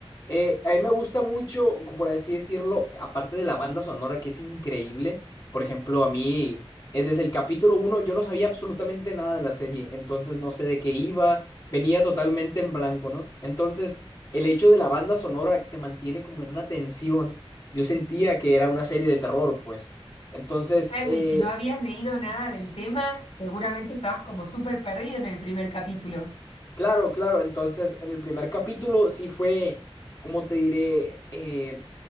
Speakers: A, on the left; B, on the left.
A: Eh, a mí me gusta mucho, como por así decirlo, aparte de la banda sonora que es increíble, por ejemplo, a mí eh, desde el capítulo uno yo no sabía absolutamente nada de la serie, entonces no sé de qué iba, venía totalmente en blanco, ¿no? Entonces, el hecho de la banda sonora te mantiene como en una tensión. Yo sentía que era una serie de terror, pues. Entonces,
B: Claro,
A: eh,
B: y si no habías leído nada del tema, seguramente estabas como súper perdido en el primer capítulo.
A: Claro, claro. Entonces, en el primer capítulo sí fue, como te diré, eh,